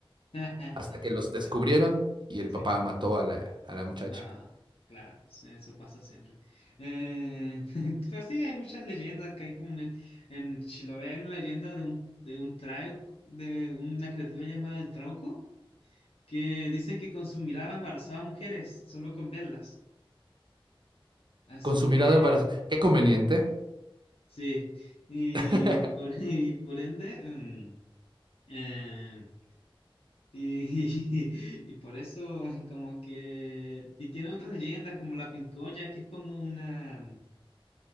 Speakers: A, on the left; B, on the right.
A: <laughs>
B: hasta que los descubrieron
A: Claro,
B: y el
A: sí.
B: papá mató a la, a la muchacha.
A: Ah, claro, sí, eso pasa siempre. Eh, <laughs> pero sí, hay muchas leyendas que hay como en, en Chiloé, hay una leyenda de un, de un trauco, de una criatura llamada el trauco, que dicen que con su mirada embarazaba a mujeres, solo con verlas. Así
B: Con su
A: que,
B: mirada embarazada. Qué conveniente.
A: sí, y
B: <laughs>
A: por, <laughs> y por ende, mm, eh, y, <laughs> y por eso como que, y tiene otras leyendas como la pincoya, que es como una...